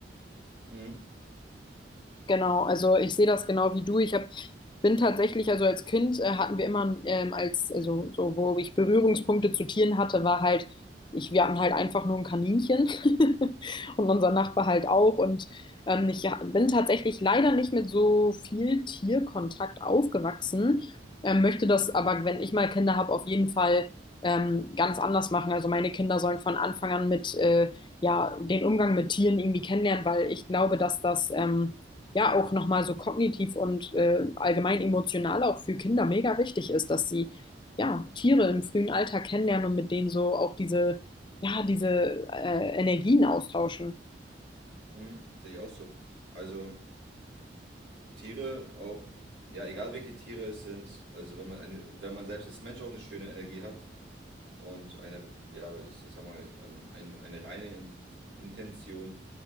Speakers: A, on the right; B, on the left.
A: Mhm.
B: Genau, also ich sehe das genau wie du. Ich hab, bin tatsächlich, also als Kind äh, hatten wir immer ähm, als, also so, wo ich Berührungspunkte zu Tieren hatte, war halt, ich, wir hatten halt einfach nur ein Kaninchen <laughs> und unser Nachbar halt auch. Und ähm, ich ha- bin tatsächlich leider nicht mit so viel Tierkontakt aufgewachsen, ähm, möchte das aber, wenn ich mal Kinder habe, auf jeden Fall ähm, ganz anders machen. Also meine Kinder sollen von Anfang an mit äh, ja, den Umgang mit Tieren irgendwie kennenlernen, weil ich glaube, dass das ähm, ja auch nochmal so kognitiv und äh, allgemein emotional auch für Kinder mega wichtig ist, dass sie ja Tiere im frühen Alter kennenlernen und mit denen so auch diese, ja, diese äh, Energien austauschen.
A: Mhm. Sehe ich auch so. Also Tiere auch, ja, egal welche Tiere es sind, also wenn man eine, wenn man selbst als Mensch auch eine schöne Energie hat und eine, ja, ich, ich sag mal, ähm, eine, eine reine In- Intention,